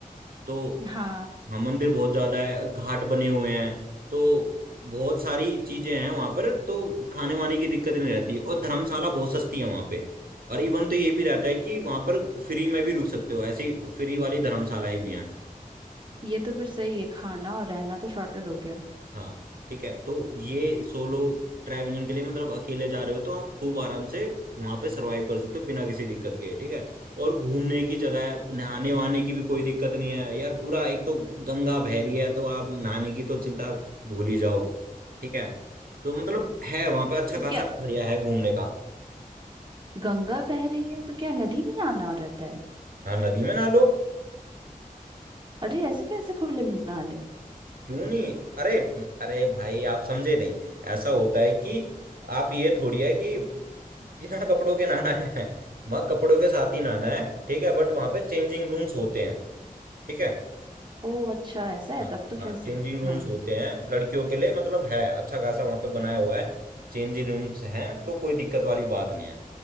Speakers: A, on the right; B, on the right.
A: तो
B: हाँ
A: हाँ मंदिर बहुत ज्यादा है घाट बने हुए हैं तो बहुत सारी चीजें हैं वहां पर तो खाने वाने की दिक्कत नहीं रहती और धर्मशाला बहुत सस्ती है वहां पे और इवन तो ये भी रहता है कि वहां पर फ्री में भी रुक सकते हो ऐसी फ्री वाली धर्मशालाएं भी हैं
B: ये तो फिर सही है खाना और रहना तो शॉर्टेड हो गया
A: हाँ ठीक है तो ये सोलो ट्रैवलिंग के लिए मतलब अकेले जा रहे हो तो आप खूब आराम से वहां पे सरवाइव कर सकते हो बिना किसी दिक्कत के ठीक है और घूमने की जगह है नहाने वहाने की भी कोई दिक्कत नहीं है यार पूरा एक तो गंगा बह रही है तो आप नहाने की तो चिंता भूल ही जाओ ठीक है तो मतलब है वहां पे अच्छा
B: तो
A: खासा
B: क्या
A: बढ़िया है घूमने का
B: गंगा बह रही है तो क्या नदी में नहाना रहता है
A: हाँ नदी में नहा लो
B: अरे ऐसे कैसे खुले में नहा ले
A: क्यों नहीं अरे अरे भाई आप समझे नहीं ऐसा होता है कि आप ये थोड़ी है कि बिना कपड़ों के नहाना है मग कपड़ों के साथ ही नहाना है ठीक है बट वहां पे चेंजिंग रूम्स होते हैं ठीक है
B: ओ अच्छा ऐसा है
A: हाँ
B: तब तो फिर
A: हाँ
B: सही
A: चेंजिंग रूम्स
B: हाँ
A: होते हैं लड़कियों के लिए मतलब है अच्छा खासा वहां पे बनाया हुआ है चेंजिंग रूम्स हैं तो कोई दिक्कत वाली बात नहीं है